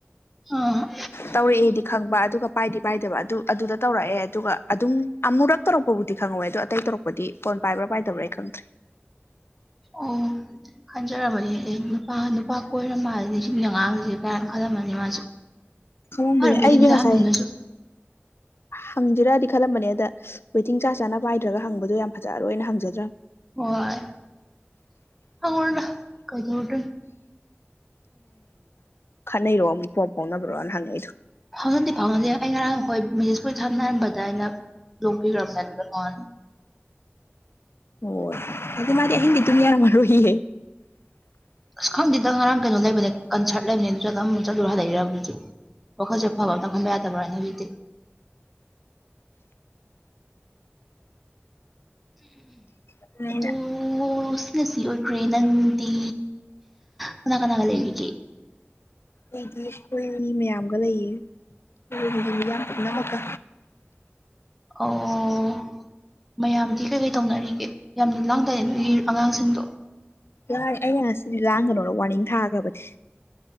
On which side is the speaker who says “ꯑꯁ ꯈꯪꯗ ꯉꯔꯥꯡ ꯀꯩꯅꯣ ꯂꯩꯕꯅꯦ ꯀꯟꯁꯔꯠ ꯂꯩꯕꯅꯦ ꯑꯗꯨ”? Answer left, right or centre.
Centre